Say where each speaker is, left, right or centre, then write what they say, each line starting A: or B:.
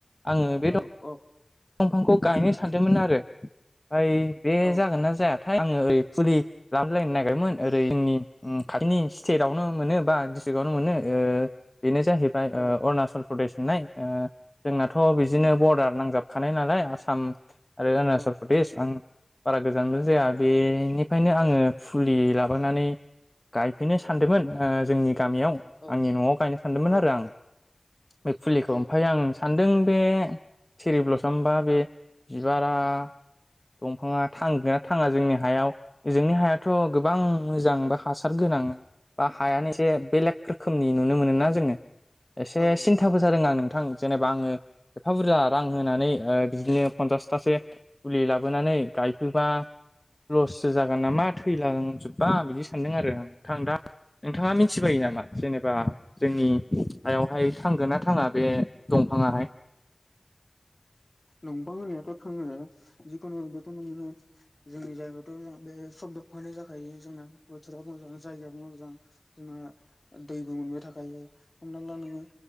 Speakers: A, on the left; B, on the left.
A: आङो बे
B: औ-औ।
A: दंफांखौ गायनो सानदोंमोन आरो आमफाय बे
B: औ
A: जागोन ना जाया थाय आङो ओरै फुलि लाबोलायनो नागिरदोंमोन ओरै जोंनि ओ‌ खाथिनि स्टेटावनो मोनो बा खावनो मोनो ओ‌ बेनो जाहैबाय ओ‌
B: औ
A: अरुणाचल प्रदेश होननाय ओ जोंनाथ' बिदिनो
B: उम
A: बरडार नांजाब खानाय नालाय आसाम आरो अरुणाचल
B: औ
A: प्रदेश आं बारा गोजानबो
B: औ
A: जाया बेनि खायनो आङो फुलि लाबोनानै गायफिनो सान सान्दोंमोन ओ जोंनि गामियाव
B: औ
A: आंनि न'आव गायनो सान्दोंमोन
B: औ
A: आरो आं बे फुलिखौ
B: औ
A: ओमफाय आं सानदों बे थेरि ब्लस होमबा बे बिबारा दंफाङा थांगोना थाङा जोंनि हायाव जोंनि हायाथ' गोबां मोजां बा हासारगोन नां बा हायानो एसे बेलेग रोखोमनि नुनो मोनो ना जोङो एसे
B: औ
A: सिन्थाबो
B: नंगौ
A: जादों आं नोंथां जेनेबा आङो एफा बुरजा रां होनानै बिदिनो पनसासथसो फुलि लाबोनानै गायफैबा लससो जागोन नामा थैलांजोबबा बिदि सानदों आरो आं नोंथां दा नोंथाङा मिथिबायो नामा जेनेबा जोंनि हायावहाय थांगोन ना थाङा बे दंफाङाहाय
B: नंबां होननायाथ' थाङो जिखुनु बेथ' ङो जोंनि जायगायावथ' बे समदहैनाय जाखायो जोंना बोथोराबो मोजां जायगाबो मोजां जोंना दैबो मोनबाय थाख गायो हमना नोङो